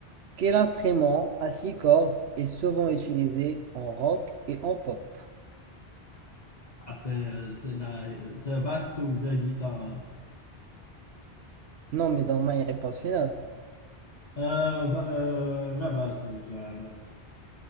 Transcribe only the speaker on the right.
Quel instrument à six cordes est souvent utilisé en rock et en pop?
Non, mais dans ma réponse finale.